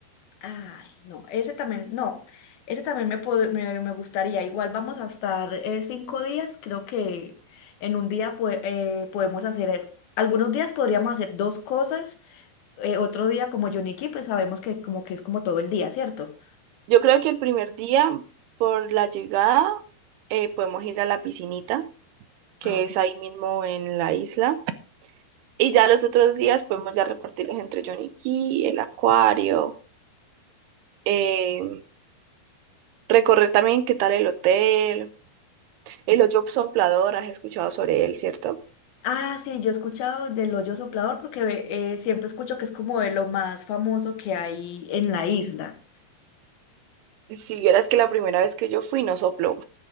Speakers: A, on the left (about 70°); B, on the right (about 80°).
A: Ay, no, ese también, no, ese también me, pod- me, me gustaría. Igual vamos a estar eh, cinco días, creo que en un día pue- eh, podemos hacer, algunos días podríamos hacer dos cosas eh, otro día como Yoniki, pues sabemos que como que es como todo el día, ¿cierto?
B: Yo creo que el primer día, por la llegada, eh, podemos ir a la piscinita, que
A: Ah, ok.
B: es ahí mismo en la isla. Y ya los otros días podemos ya repartirlos entre Johnny Key, el acuario, eh, recorrer también qué tal el hotel, el hoyo soplador, has escuchado sobre él, ¿cierto?
A: Ah, sí, yo he escuchado del hoyo soplador porque eh, siempre escucho que es como de lo más famoso que hay en la isla.
B: Si vieras que la primera vez que yo fui no sopló.